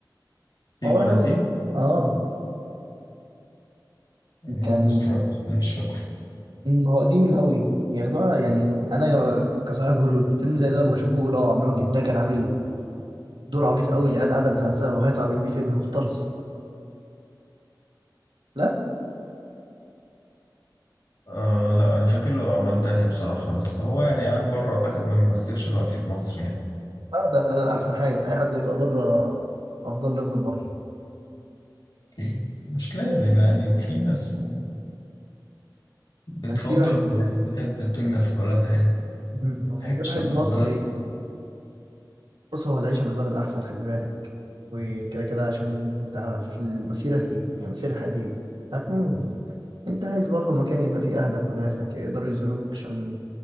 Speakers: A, on the left; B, on the right.
A: <laughs>
B: هو
A: سيب ونسيب
B: قالوا اه
A: والله
B: كان
A: ما استوعبت، مش فاكر
B: مم، هو قديم قوي ياخدوها يعني انا ك- كصاحب هوليوود فيلم زي ده لما اشوفه اقول اه عمرو واكد ده كان عامل دور عبيط قوي العيال قاعده بتهزقه وهي عامل بيه فيلم محترم لا
A: آه لا انا فاكر له اعمال تانية بصراحة بس هو يعني قاعد بره اعتقد ما بيمثلش الوقت في مصر يعني
B: آه ده احسن حاجه اي حد يبقى بره افضل له يفضل بره
A: اكيد مش لازم يعني في ناس و- بتفضل
B: كان في واحد
A: إنها تحب تنجح في بلدها يعني
B: مم،
A: تحب
B: كان في
A: تشتغل
B: واحد مصري
A: في بلدها
B: بص هو العيشه في البلد احسن خلي بالك وكده كده عشان انت في مسيرك ايه يعني مسير الحياه دي ايه هتموت انت عايز برضه مكان يبقى فيه اهلك وناسك يقدروا يزوروك عشان